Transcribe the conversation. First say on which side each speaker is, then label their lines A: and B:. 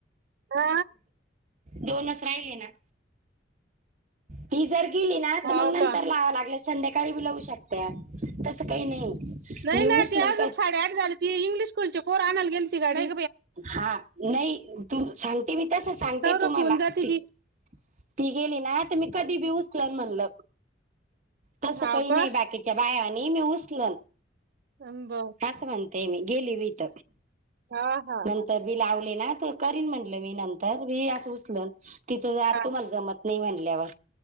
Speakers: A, on the right; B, on the right.
A: आ
B: दोनच राहिले ना ती जर गेली ना तर मग
A: हो
B: नंतर
A: का
B: लावाव लागेलं संध्याकाळी बी लावू शकते, तसं काही नाही
A: नाही
B: मी
A: ना
B: उचलन
A: ती
B: काय
A: साडे आठ झाली ती इंग्लिश स्कूलची पोरं आणायला गेलती गाडी
B: हा नाही तु सांगते मी तस सांगते
A: तर
B: तुम्हाला
A: होऊन जाते
B: ते-
A: ती
B: ती गेली ना आता मी कधी बी उचल म्हणल तस
A: हाव
B: काही
A: का
B: नाही बाकी त्याच्या बायानी मी उसल
A: हब
B: हसवते मी गेली वत
A: हा हा
B: नंतर मी लावले ना करीन म्हंलं मी नंतर मी असं उचल तिचं जर आ
A: हा.
B: तुम्हाला जमत नाही म्हणल्यावर